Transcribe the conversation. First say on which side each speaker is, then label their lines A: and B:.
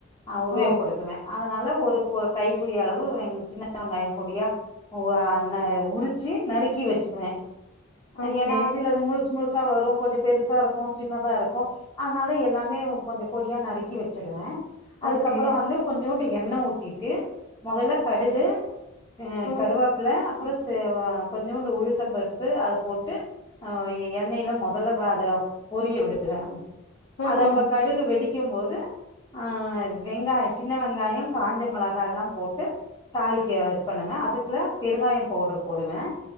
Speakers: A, on the left; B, on the left.
A: ஆ உப
B: ஓ!
A: நல்ல ஒரு பொ கைப்பிடி அளவு வெ சின்ன வெங்காயம் பொடியா உ அ உரிச்சு நறுக்கி வச்சுக்குவேன்
B: ஓகே,
A: ஏனா சிலது முழுஸ் முழுசா வரும் கொஞ்சம் பெருசா இருக்கும் சின்னதா இருக்கும் அதனால எல்லாமே கொஞ்சம் பொடியா நறுக்கி வச்சிடுவே அதுக்கப்பறம்
B: ஓகே.
A: வந்து கொஞ்சோண்டு எண்ணெய் ஊத்திட்டு மொதல்ல கடுகு அம
B: ம்,
A: கருவப்பல அப்பறம் ச கொஞ்சோண்டு உழுத்தம்பருப்பு அது போட்டு எண்ணெயல்லாம் மொதல்ல வ அது பொரிய விடு <unintelligible>
B: ம்,
A: அது அப்ப
B: ம்.
A: கடுகு வெடிக்கும் போது ஆ வெங்காயம் சின்ன வெங்காயம் காஞ்ச மிளகால்லாம் போட்டு தாளிக்க இது பண்ணுவேன் அதுக்குள்ள பெருங்காயம் பவுடர் போடுவேன்